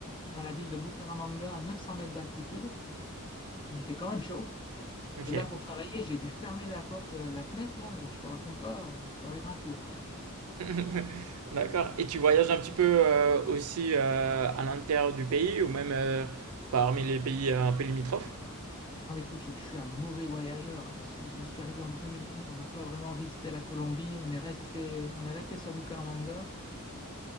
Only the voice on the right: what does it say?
Ok.
<laughs> D'accord. Et tu voyages un petit peu euh, aussi euh, à l'intérieur du pays ou même euh, parmi les pays euh, un peu limitrophes?